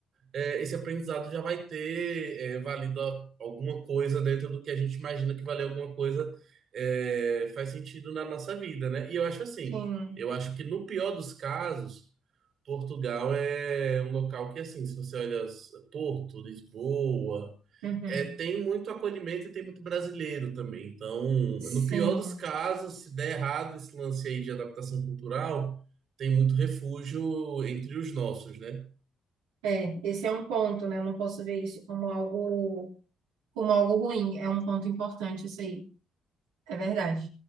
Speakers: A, on the right; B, on the right.
A: é, esse aprendizado já vai ter é, valido a- alguma coisa dentro do que a gente imagina que valer alguma coisa é, faz sentido na nossa vida, né? E eu acho assim,
B: sim.
A: eu acho que no pior dos casos, Portugal é um local que, assim, se você olha as- Porto, Lisboa,
B: Uhum.
A: é, tem muito acolhimento e tem muito brasileiro também. Então,
B: Sim.
A: no pior dos casos, se der errado esse lance aí de adaptação cultural, tem muito refúgio entre os nossos, né?
B: É, esse é um ponto, né? Eu não posso ver isso como algo, como algo ruim. É um ponto importante isso aí. É verdade.